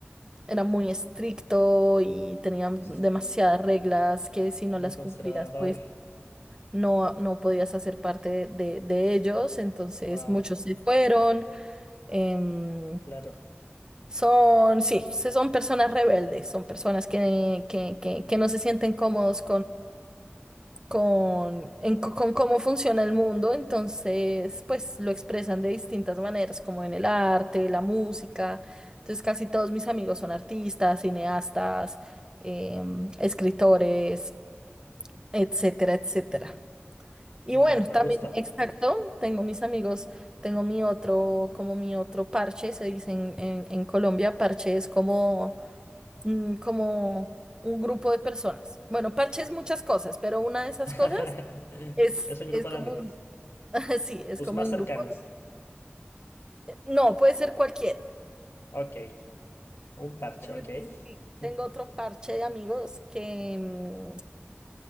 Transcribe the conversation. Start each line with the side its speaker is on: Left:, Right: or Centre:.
Right: era muy estricto y tenían
Left: Sí,
Right: demasiadas reglas que si no
Left: muy
Right: las
Left: conservador.
Right: cumplías, pues no, no podías hacer parte de, de ellos. Entonces
Left: Wow,
Right: muchos se fueron. em,
Left: claro.
Right: son, sí, se- son personas rebeldes, son personas que, que, que, que no se sienten cómodos con, en co- con cómo funciona el mundo, entonces pues lo expresan de distintas maneras, como en el arte, la música. Entonces casi todos mis amigos son artistas, cineastas, em, escritores, etcétera, etcétera. Y
Left: No,
Right: bueno,
Left: me
Right: también,
Left: gusta.
Right: exacto, tengo mis amigos, tengo mi otro, como mi otro parche, se dice en, en- en Colombia, parche es como, mm, como un grupo de personas. Bueno, parche es muchas cosas, pero una de esas
Left: <laughs>
Right: cosas es,
Left: Es un grupo
Right: es como
Left: de amigos.
Right: un, <laughs> sí, es
Left: Tus
Right: como
Left: más
Right: un
Left: cercanos.
Right: grupo de- no, puede ser cualquiera.
Left: Ok. Un parche,
Right: Pero
Left: ok.
Right: entonces sí, tengo
Left: Mm,
Right: otro parche de amigos que, mm,